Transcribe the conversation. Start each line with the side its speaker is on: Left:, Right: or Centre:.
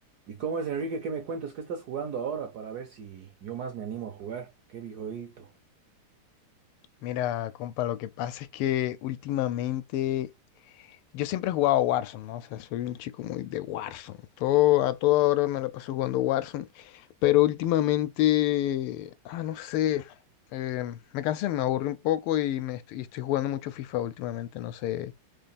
Right: ¿Y cómo es, Enrique? ¿Qué me cuentas? ¿Qué estás jugando ahora para ver si yo más me animo a jugar? ¡Qué viejito!
Left: Mira, compa, lo que pasa es que últimamente yo siempre he jugado Warzone, ¿no? O sea, soy un chico muy de Warzone. Todo, a toda hora me la paso jugando Warzone. Pero últimamente, ah, no sé, eh, me cansé, me aburro un poco y, me estoy, y estoy jugando mucho FIFA últimamente. No sé,